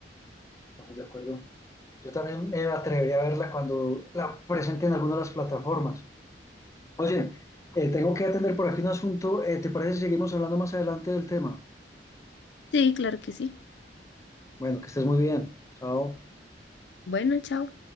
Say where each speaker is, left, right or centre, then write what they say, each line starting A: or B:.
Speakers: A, on the left; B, on the left.
A: Estamos de acuerdo. Yo también me atrevería a verla cuando la presenten en alguna de las plataformas. Oye, eh, tengo que atender por aquí un asunto. Eh, ¿te parece si seguimos hablando más adelante del tema?
B: Sí, claro que sí.
A: Bueno, que estés muy bien. Chao.
B: Bueno, chao.